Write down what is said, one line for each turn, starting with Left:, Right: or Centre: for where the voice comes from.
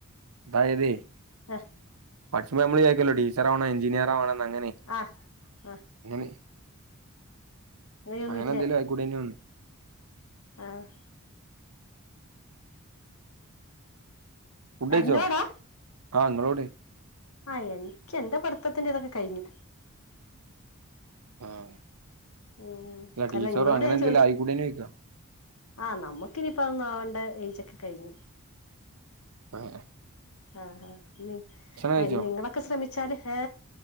Right: അതായതേ
Left: ആഹ
Right: പഠിച്ച്മ്പോ നമ്മള് ചാരിക്കലോ ടീച്ചറാണോ എഞ്ചിനീയറവാണോ ന്ന് അങ്ങനെ
Left: ആ ആ
Right: <unintelligible>
Left: അങ്ങനെയൊന്നും
Right: അങ്ങനെ എന്തേലും ആയിക്കൂടെയിനൊന്ന്
Left: ആഹ്
Right: ഫുഡ്ഡയിച്ചോ
Left: എന്നോടാ
Right: ആഹ ഇങ്ങളോട്
Left: ആഹ് എനിക്ക് എന്റെ പഠിത്തത്തിന്റെ ഇതൊക്കെ കഴിഞ്ഞു
Right: ആഹ
Left: ഉം
Right: അല്ല ടീച്ചറോ
Left: നിങ്ങളോട്
Right: അങ്ങനെ
Left: ഞാൻ
Right: എന്തേിലും
Left: ചോദിച്ചു
Right: ആയിക്കൂടേനോ ചോയിക്ക
Left: ആ നമുക്കിനനിപ്പ അ ഒന്നും ആവേണ്ട ഏജ് ഒക്കെ കഴിഞ്ഞു
Right: അങ്ങനെ
Left: ആഹഹാ നി
Right: കഴിച്ചോ
Left: നിങ്ങളൊക്കെ ശ്രമിച്ചാല് ഏ